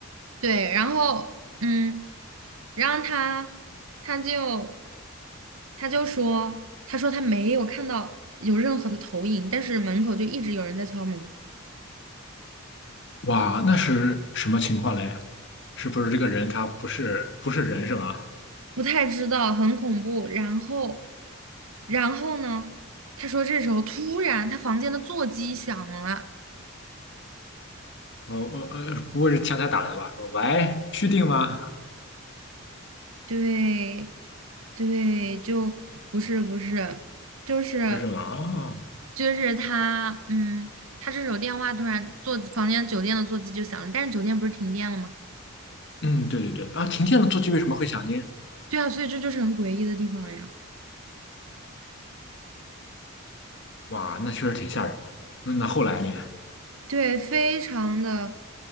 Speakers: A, on the right (about 70°); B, on the left (about 55°).
A: 对，然后嗯，然后他他就他就说，他说他没有看到有任何的投影，但是门口就一直有人在敲门，
B: 哇，那是什么情况嘞？是不是这个人他不是不是人是吧？
A: 不太知道，很恐怖。然后然后呢，他说这时候突然他房间的座机响了，
B: 哦呃呃，不会是前台打来的吧？说喂，续订吗？
A: 对对，就不是不是，就是。
B: 不是吗？哦，
A: 就是他，嗯，他这时候电话突然座房间酒店的座机就响了，但是酒店不是停电了吗？
B: 嗯，对对对，啊，停电了，座机为什么会响呢？
A: 对啊，所以这就是很诡异的地方呀。
B: 哇，那确实挺吓人的哦那那后来呢？
A: 对，非常的